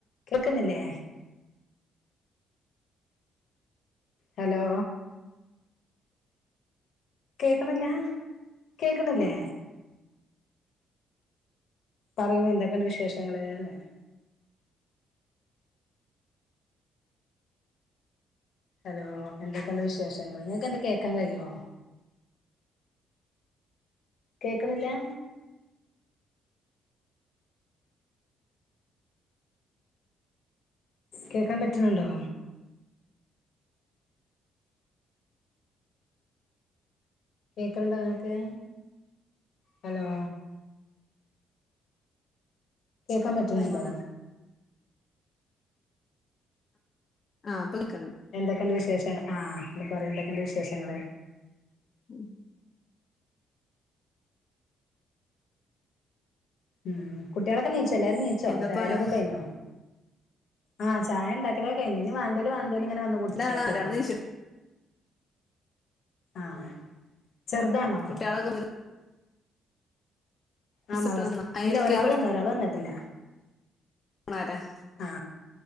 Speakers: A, on the left (about 65°); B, on the left (about 40°).
A: കേൾക്കുന്നില്ലേ? ഹലോ. കേക്ക്ണില്ല കേക്ക്ണില്ലേ? പറയൂ എന്തൊക്കെണ്ട് വിശേഷങ്ങള്ന്ന്. ഹലോ.. എന്തൊക്കെണ്ട് വിശേഷങ്ങൾ ഇങ്ങക്കെന്തെ കേക്കാൻകഴിയേ. കേൾക്ക്ണില്ലാ. കേക്കാൻ പറ്റ്ണ് ണ്ടോ? കേക്ക്ണ്ടോ ങ്ങക്ക് ഹലോ. കേക്കാൻ
B: തന്നെ
A: പറ്റ്ണ്
B: പോവാണല്ലോ
A: ണ്ടോ?
B: ആ പ്പൾക്ണ്ട്
A: എന്തൊക്കെണ്ട് വിശേഷ ആ ന്ന് പറയൂ എന്തൊക്കെണ്ട് വിശേഷങ്ങള്.
B: ഉം ഉം
A: ഉം കുട്ട്യേളൊക്കെ നീച്ചോ എല്ലാരും നീച്ചോ
B: എന്താപ്പണോ
A: ചായുടിക്കെ കഴിഞ്ഞോ. ആഹ് ചായ ണ്ടാക്കലെക്കെ കഴിഞ്ഞ് ഞി വാണ്ടേല് വാണ്ടേല് ഇങ്ങനെ വന്ന് കുടിച്ചാ
B: രണ്ടാളാ
A: പോവാ.
B: ഒരാള് നീച്ചിട്ടൊള്ളൂ
A: ആഹ് ചെർതാണോ.
B: കുട്ടികളൊക്കെ മദ്രസട്ട്
A: ആഹ് മാദ്റസ്
B: വന്നോ ആഹ്
A: ല്ല
B: എൽ
A: ഒരാള്
B: കെ ജി
A: വന്നു ഒരാള് വന്നിട്ടില്ല.
B: മാരാഹ്
A: ആ